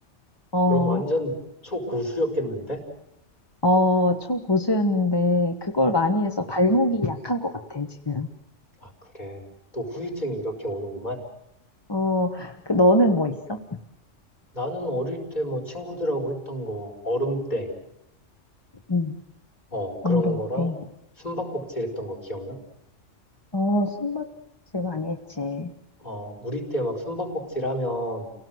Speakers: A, on the left; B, on the left.
A: 어,
B: 그럼 완전 초고수였겠는데?
A: 어, 초고수였는데, 그걸 많이 해서 발목이 약한 것 같아, 지금.
B: 아, 그래. 또 후유증이 이렇게 오는구만.
A: 어, 그, 너는 뭐 있어?
B: 나는 어릴 때 뭐 친구들하고 했던 거, 얼음땡.
A: 응.
B: 어, 그런
A: 어른
B: 거랑
A: 때.
B: 숨바꼭질 했던 거 기억나?
A: 어, 숨바꼭질 많이 했지.
B: 어, 우리 때 막 숨바꼭질 하면